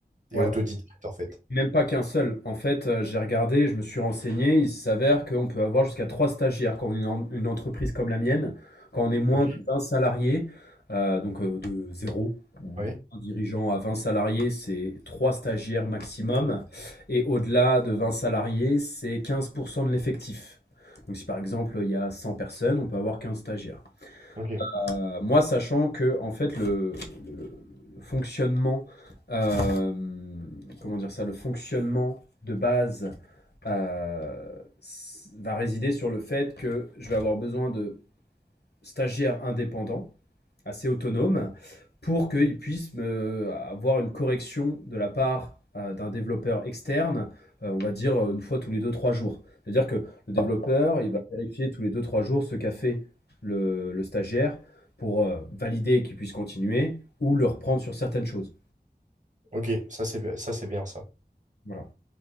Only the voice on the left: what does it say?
Ouais.
Même pas qu'un seul. En fait, heu, j'ai regardé, je me suis renseigné. Il s'avère qu'on peut avoir jusqu'à 3 stagiaires quand on est une en une entreprise comme la mienne, quand on est moins
de 20 salariés, heu, donc heu, de zéro ou
de un dirigeant à 20 salariés, c'est 3 stagiaires maximum et au-delà de 20 salariés, c'est quinze pour cent de l'effectif. Donc si par exemple, il y a 100 personnes, on peut avoir 15 stagiaires.
Euh, moi, sachant que en fait le, le- le- fonctionnement, euh, comment dire ça, le fonctionnement de base euh, va résider sur le fait que je vais avoir besoin de stagiaire indépendant, assez autonome, pour qu'il puisse euh, avoir une correction de la part euh, d'un développeur externe, euh, on va dire euh, une fois tous les deux trois jours. C'est-à-dire que le développeur, il va vérifier tous les deux trois jours ce qu'a fait le, le stagiaire pour euh, valider qu'il puisse continuer ou le reprendre sur certaines choses.
Voilà.